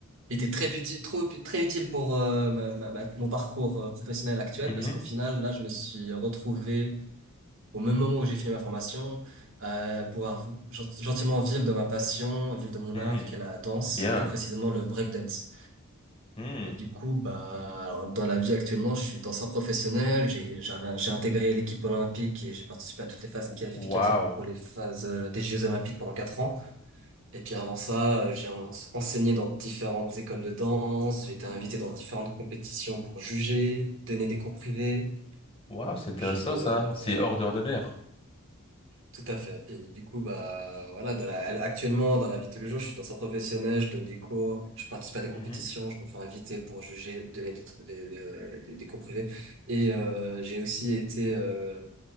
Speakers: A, on the right (about 65°); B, on the left (about 25°).
A: été très utile, trop, très utile pour euh, ma, ma- ma- mon parcours euh, professionnel actuel,
B: mhm,
A: parce qu'au final, là, je me suis retrouvé au même moment où j'ai fini ma formation, euh, pouvoir gent- gentiment vivre de ma passion, vivre de mon
B: mhm.
A: art, qui est la danse,
B: Bien.
A: plus précisément le breakdance.
B: Mhm.
A: Et du coup, bah, alors, dans la vie actuellement, je suis danseur professionnel. J'ai, j'avais- j'ai intégré l'équipe olympique et j'ai participé à toutes les phases qualificatives
B: Wow.
A: pour les phases euh, des Jeux olympiques pendant quatre ans. Et puis avant ça, euh, j'ai en- enseigné dans différentes écoles de danse. J'ai été invité dans différentes compétitions pour juger, donner des cours privés.
B: Waouh, c'est intéressant
A: Puis
B: ça.
A: euh,
B: C'est hors d'ordinaire.
A: Tout à fait. Et du coup, bah, voilà, dans la- actuellement, dans la vie de tous les jours, je suis danseur professionnel, je donne des cours, je participe à des compétitions,
B: Mhm,
A: je me fais inviter pour juger, donner des, tr- des, des, euh, des- des cours privés. Et euh, j'ai aussi été euh,